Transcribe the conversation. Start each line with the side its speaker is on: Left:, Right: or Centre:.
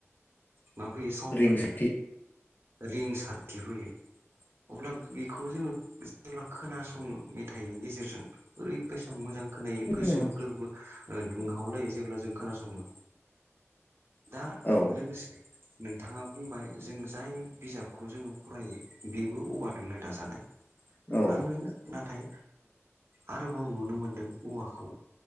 Right: मा फैयो साउन्ड
Left: रिंसारथि
Right: फैयो रिं सारथि फैयो अब्ला। बेखौ जोङो जेब्ला खोनासंङो मेथाइनि गेजेरजों ओरैबायसा मोजां खोनायो गोसो
Left: औ
Right: गोरबो ओ दुंहावलायो जेब्ला जों। खोनासङो दा
Left: औ
Right: लोगोसे नोंथाङा ओ जों जाय बिजाबखौ जोङो फरायो बेबो अवानि नो दाजानाय
Left: औ
Right: आङो नाथाय आरोबाव नुनो मोनदों औवाखौ